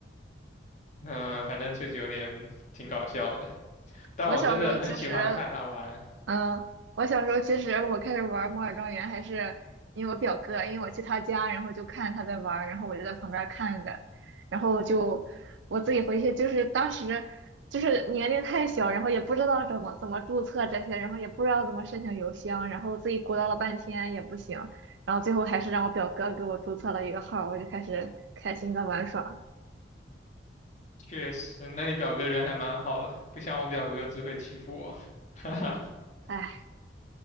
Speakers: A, on the left; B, on the right.
A: 嗯、反正确实有点挺搞笑的，但我真的很喜欢看他玩，
B: 我小时候其实嗯，我小时候其实我开始玩《摩尔庄园》还是因为我表哥，因为我去他家，然后就看他在玩儿然后我就在旁边儿看着，然后就我自己回去，就是当时就是年龄太小，然后也不知道怎么怎么注册这些，然后也不知道怎么申请邮箱，然后自己鼓捣了半天也不行，然后最后还是让我表哥给我注册了一个号儿我就开始开心的玩耍。
A: 确实，那你表哥人还蛮好的，不像我表哥只会欺负我，<laughs> 哈哈。
B: 哎，